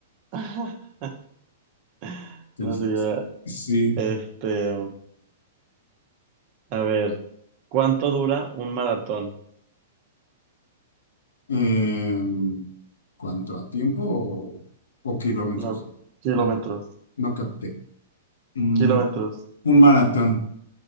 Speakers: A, on the right (about 45°); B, on the left (about 75°).
A: <laughs> <laughs>
B: entonces,
A: No sé, ya,
B: sí.
A: este, a ver, ¿cuánto dura un maratón?
B: em, ¿cuánto a tiempo o, o kilómetros?
A: No, kilómetros,
B: No, no capté. Mm,
A: kilómetros.
B: un maratón.